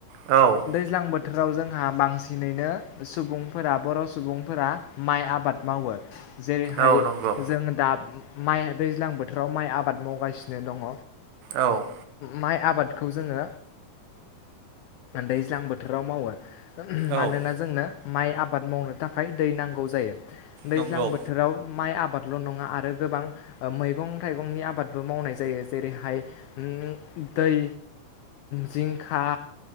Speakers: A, on the right; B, on the left.
A: औ
B: दैज्लां बो थोराव जोंहा बांसिनैनो सुबुंफोरा बर' सुबुंफोरा माइ आबाद मावो। जेरैहाय
A: औ नंगौ
B: जों दा माइ दैज्लां बोथोराव माइ आबाद मावगासिनो दङ।
A: औ।
B: माइ आबादखौ जोङो दैज्लां बोथोराव मावो। मानोना
A: औ
B: जोंनो माइ आबाद मावनो थाखाय दै नांगौ जायो। दैज्लां
A: नंगौ
B: बोथोराव माइ आबादल' नङा आरो गोबां मैगं थाइगंनि आबादबो मावनाय जायो। जेरैहाय उम दै जिंखा,